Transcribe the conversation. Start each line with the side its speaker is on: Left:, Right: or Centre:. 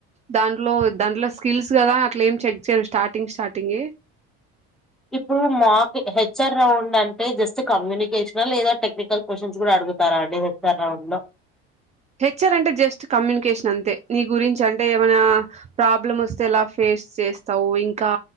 Right: దాంట్లో దాంట్లో స్కిల్స్ కదా అట్లా ఏం చెక్ చేయరు స్టార్టింగ్ స్టార్టింగ,
Centre: ఇప్పుడు మాకు హెచ్ఆర్ రౌండ్ అంటే జస్ట్ కమ్యూనికేషనల్ లేదా టెక్నికల్, క్వశ్చన్స్ కూడా అడుగుతారా అడి హెర్ రౌండ్ లో,
Right: హెచ్ఆర్ అంటే జస్ట్ కమ్యూనికేషన్ అంతే నీ గురించి అంటే ఏమైనా ప్రాబ్లమ్ వస్తే ఎలా ఫేస్ చేస్తావు ఇంకా